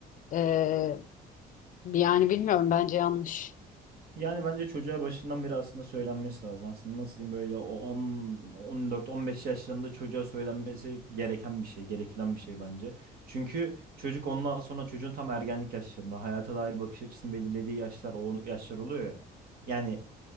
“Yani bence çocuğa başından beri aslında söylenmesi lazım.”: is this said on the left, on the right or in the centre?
Right